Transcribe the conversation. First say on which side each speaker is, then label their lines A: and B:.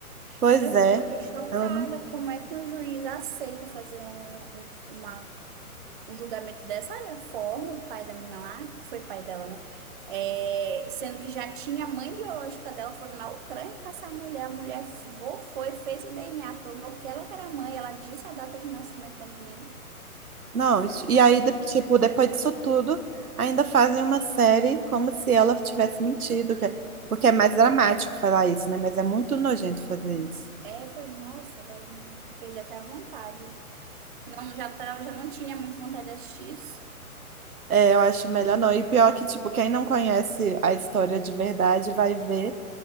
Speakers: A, on the right; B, on the right.
A: Pois
B: Mas
A: é,
B: eu eu fiquei chocada
A: ela não.
B: como é que um juiz aceita fazer um, um- uma um julgamento dessa né, forma, do pai da menina lá, foi pai dela, né? É, sendo que já tinha a mãe biológica dela, foram na Ucrânia caçar a mulher, a mulher vo- foi, fez o DNA, provou que ela que era a mãe, ela disse a data de nascimento da menina.
A: Não, isso- e aí, de- tipo, depois disso tudo, ainda fazem uma série como se ela tivesse mentido, que é- porque é mais dramático falar isso, né? Mas é muito nojento fazer isso.
B: É, foi nossa, agora eu perdi até a vontade. Não, já, tava, já não tinha muito vontade de assistir isso.
A: É, eu acho melhor não. E pior que, tipo, quem não conhece a história de verdade vai ver